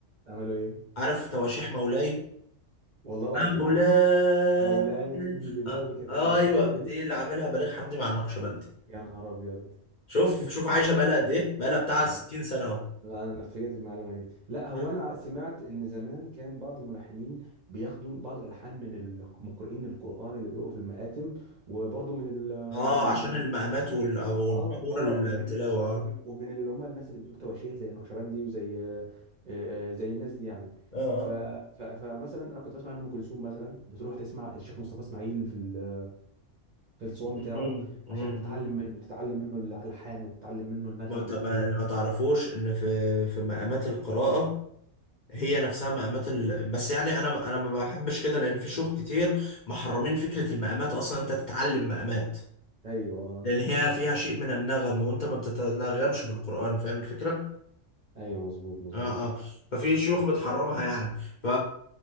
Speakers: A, on the right; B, on the left.
A: عملوا ايه
B: عارف تواشيح مولاي
A: والله العظيم
B: مولاي
A: مولاي اني ببابك
B: آه آه،
A: قد بسطت
B: ايوه
A: يدي
B: دي اللي عاملها بليغ حمدي مع النقشبندي
A: يا نهار ابيض
B: شوف
A: <laughs>
B: شوف عايشه بقالها قد ايه بقالها بتاع
A: لا
B: 60 سنه اهو
A: لا، انا اتفاجئت بالمعلومه دي لا هو
B: مم.
A: انا سمعت ان زمان كان بعض الملحنين بياخدوا بعض الالحان من القارئين القران اللي بيقروا في المآتم وبرضه من ال
B: اه
A: ومن
B: عشان المقامات وال- والبحور
A: اه اه
B: التلاوه
A: ومن ومن,
B: اه
A: ومن اللي هم الناس اللي بتقول تواشيح زي النقشبندي وزي آه، زي الناس دي يعني
B: اه
A: ف ف فمثلا انا كنت بسمع ان ام كلثوم مثلا بتروح تسمع الشيخ مصطفى اسماعيل في ال- في الصوان
B: مم.
A: بتاعه
B: مم.
A: عشان تتعلم منه تتعلم منه الالحان وتتعلم منه النغم
B: ما انت
A: وتتعلم
B: ما ما
A: منه
B: تعرفوش ان في في مقامات القراءة هي نفسها مقامات ال... بس يعني انا انا ما بحبش كده لان في شيوخ كتير محرمين فكرة المقامات اصلا انت تتعلم مقامات
A: ايوه
B: لان هي فيها شيء من النغم وانت ما بتتنغمش بالقرآن فاهم الفكرة
A: ايوه مظبوط مظبوط
B: اه اه ففي شيوخ بتحرمها يعني ف...